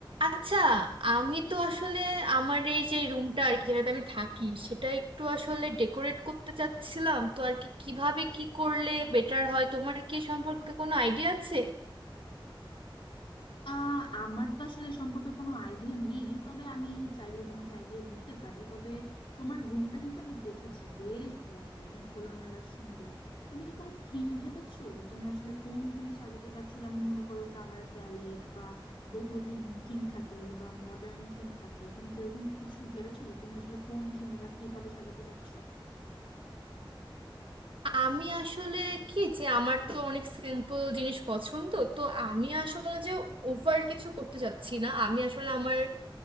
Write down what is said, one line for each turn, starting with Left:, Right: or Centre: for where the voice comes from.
Right: আচ্ছা আমি তো আসলে আমার এই যে রুমটা আর কি যেটাতে আমি থাকি সেটা একটু আসলে ডেকোরেট করতে চাচ্ছিলাম তো আর কি কিভাবে কি করলে বেটার হয় তোমার কি এ সম্পর্কে কোনো আইডিয়া আছে
Left: আহ আমার তো আসলে এ সম্পর্কে কোনো আইডিয়া নেই তবে আমি চাইলে তোমাকে আইডিয়া দিতে পারি তবে তোমার রুমটা কিন্তু আমি দেখেছি বেশ বড় এবং খোলামেলা সুন্দর তুমি কি কোনো থিম ভেবেছো যে তুমি আসলে কোন থিমে সাজাতে চাচ্ছো যেমন মনে করো কালার প্যালেট বা বহু থিম থিম থাকে বা মডার্ন থিম থাকে তুমি কিরকম কিছু ভেবেছো যে তুমি আসলে কোন থিমে বা কিভাবে সাজাতে চাচ্ছো
Right: আমি আসলে কি যে আমার তো অনেক সিম্পল জিনিস পছন্দ তো আমি আসলে যে ওভার কিছু করতে যাচ্ছি না আমি আসলে আমার